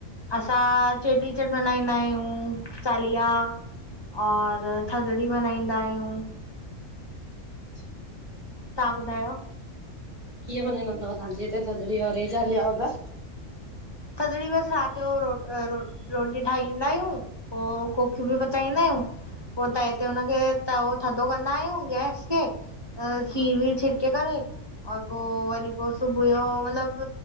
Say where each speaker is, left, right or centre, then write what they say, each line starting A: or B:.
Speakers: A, on the left; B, on the right.
A: असां चेट्रीचण्ड मनाइंदा आहियूं, चालीहा और थदड़ी मन्हाईंदा आहियूं
B: अच्छा।
A: तहां ॿुधायो?
B: कीअं मानाईंदा तव तहांजे हिते थदड़ी और इह्ये चालीहा वगर?
A: थदड़ी बसि रात जो रो रोटी ठाहींदा आहियूं पो कोकियु भि पचाईंदा हियूं पो तैं ते हुनखे तौं थद्धो कंदा आहियूं गैस खे खीर
B: हा
A: वीर छिड़के करे और पो वरी पो सुबुह यो मतलब